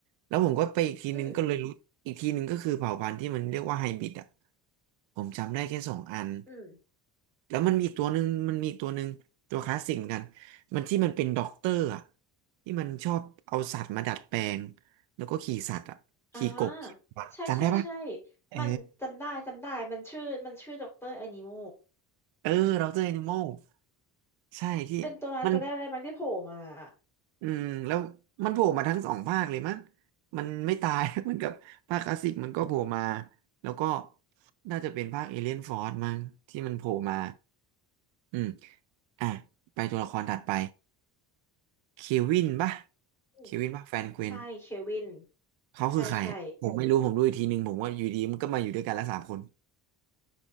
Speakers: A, on the right; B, in the centre.
A: แล้วผมก็ไปอีกทีนึงก็เลยรู้อีกทีนึงก็คือเผ่าพันธุ์ที่มันเรียกว่าไฮบริดอ่ะ
B: อืม
A: ผมจำได้แค่สองอัน
B: อืม
A: แล้วมันมีอีกตัวหนึ่งมันมีอีกตัวหนึ่งตัวคลาสสิกเหมือนกันมันที่มันเป็นด็อกเตอร์อ่ะที่มันชอบเอาสัตว์มาดัดแปลงแล้วก็ขี่สัตว์อ่ะขี่กบ
B: อ่าใช่ใช่ใช่
A: จำได้ปะเออ
B: มันจำได้จำได้ มันชื่อ มันชื่อด็อกเตอร์อนิโม
A: เออเราเจอ animal ใช่ที่มัน
B: เป็นตัวร้ายตัวแรกเลยมั้งที่โผล่มาอะ
A: อืมแล้วมันโผล่มาทั้งสองภาคเลยมั้งมันไม่ตาย <laughs> เหมือนกับภาคคลาสสิกมันก็โผล่มาแล้วก็น่าจะเป็นภาคเอเลียนฟอร์มั้งที่มันโผล่มาอืมอ่ะไปตัวละครถัดไปเควินปะ
B: อืม
A: เควินปะแฟนเกวน
B: ใช่เควิน
A: เขาคือใครอ่ะผมไม่รู้ผมดูอีกทีนึงผมว่าอยู่ดีมันก็มาอยู่ด้วยกันแล้วสามคน
B: ใช่ใช่